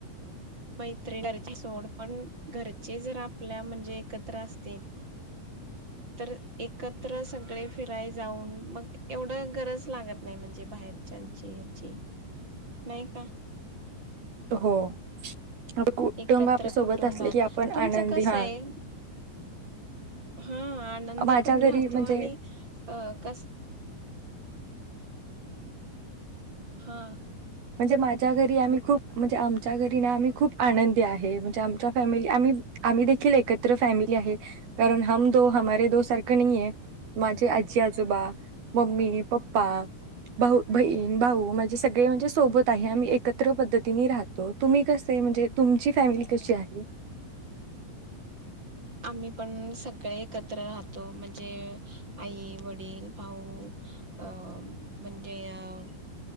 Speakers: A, on the right; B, on the right.
A: मैत्री करायची सोड पण घरचे जर आपल्या म्हणजे एकत्र असतील तर एकत्र सगळे फिराय जाऊन मग एवढं गरज लागत नाही म्हणजे बाहेरच्याची यांची नाही का
B: हो आपलं कुटुंब
A: एकत्र
B: आपल्या सोबत
A: कुटुंबात
B: असले की आपण
A: तुमचं
B: आनंदी
A: कस
B: हा
A: ये हा आनंदी
B: माझ्या
A: पण
B: घरी
A: राहतो
B: म्हणजे
A: आणि अ कस हां
B: म्हणजे माझ्या घरी आम्ही खूप म्हणजे आमच्या घरीना आम्ही खूप आनंदी आहे म्हणजे आमच्या फॅमिली आम्ही आम्ही देखील एकत्र फॅमिली आहे कारण हम दो हमारे दो सारखं नाही आहे माझे आजी आजोबा मम्मी पप्पा भाऊ बहीण भाऊ माझे सगळे म्हणजे सोबत आहे आम्ही एकत्र पद्धतीने राहतो तुम्ही कसे म्हणजे तुमची फॅमिली कशी आहे
A: आम्ही पण सगळे एकत्र राहतो म्हणजे आई वडील भाऊ अं म्हणजे अं